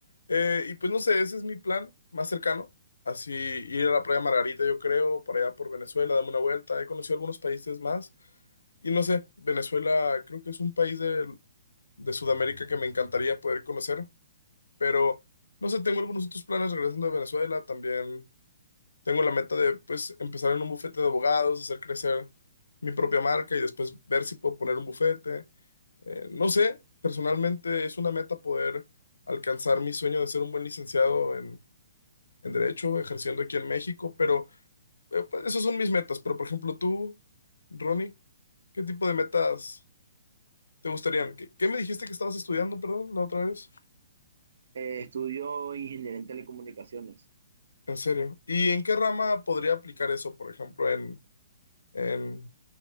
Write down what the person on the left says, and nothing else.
Eh, y pues no sé, ese es mi plan más cercano. Así ir a la playa Margarita, yo creo, para allá por Venezuela, darme una vuelta. He conocido algunos países más. Y no sé, Venezuela creo que es un país de, de Sudamérica que me encantaría poder conocer. Pero no sé, tengo algunos otros planes regresando a Venezuela. También tengo la meta de pues empezar en un bufete de abogados, hacer crecer mi propia marca y después ver si puedo poner un bufete. Eh, no sé, personalmente es una meta poder alcanzar mi sueño de ser un buen licenciado en en derecho, ejerciendo aquí en México, pero eh, pues, esas son mis metas. Pero, por ejemplo, tú, Ronnie, ¿qué tipo de metas te gustarían? ¿Qué, qué me dijiste que estabas estudiando, perdón, la otra vez?
En serio. ¿Y en qué rama podría aplicar eso, por ejemplo, en, en,